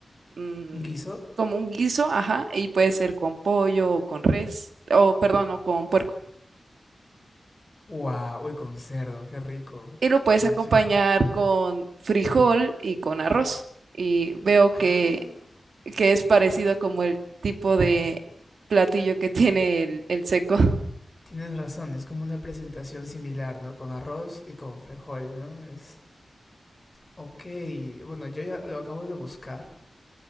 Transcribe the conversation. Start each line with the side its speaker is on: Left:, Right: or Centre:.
Right: mm,
Left: ¿Guiso?
Right: como un guiso, ajá, y puede ser con pollo o con res, o perdón, o con puerco.
Left: Wow, uy, con cerdo, qué rico.
Right: y lo puedes
Left: Chanchito.
Right: acompañar con frijol y con arroz. Y veo
Left: Ah,
Right: que, que es parecido como el tipo de platillo que tiene el, el seco. <laughs>
Left: tienes razón, es como una presentación similar, ¿no? Con arroz y con frijol, ¿no? Es... Ok, bueno, yo ya lo acabo de buscar